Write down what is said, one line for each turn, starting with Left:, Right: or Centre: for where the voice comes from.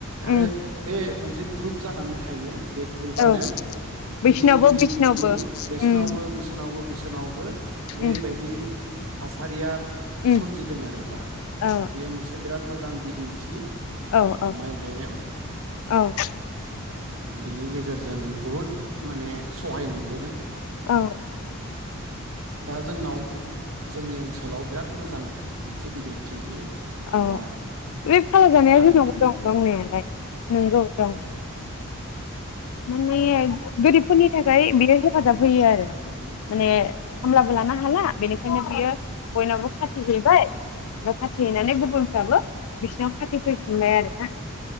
Right: आरो
Left: उम
Right: बे जे ग्रुप जानानै थायो बे ग्रुपनो
Left: औ
Right: गिदिं
Left: बैसिनावबो
Right: गिदिं
Left: बैसिनावबो
Right: गिदिं बेसनावबो
Left: उम
Right: बिसोरनावबो बिसोरनावबो बेबायदि
Left: उम
Right: थासारिया
Left: उम
Right: सोमजिदों आरो दा
Left: औ
Right: आरो बेयो मोनसे बिराद मो बिदिन्थि
Left: औ
Right: ओ
Left: औ
Right: माइ गायनायाव
Left: औ
Right: आंङो बिनि गेजेरजों बुहुद माने सहाय मोनबोदों
Left: औ
Right: दा जोंनाव जोंनि ओनसोलाव बिराद मोजां मोनसे बिदिन्थि बेयो फाला
Left: औ बे फाला जानाया
Right: थांनाया
Left: जोंनावबो दं मावनायालाय नोंगौ दं
Right: उम
Left: । माने गोरिबफोरनि थाखाय बियो हेफाजाब होयो आरो माने खामलाबो लानो हाला बेनिखायनो बियो बयनावबो खाथि हैबाय ओमफाय खाथिहैनानै गुबुनफ्राबो बिसिनाव खाथिफैफिनबाय आरोना ।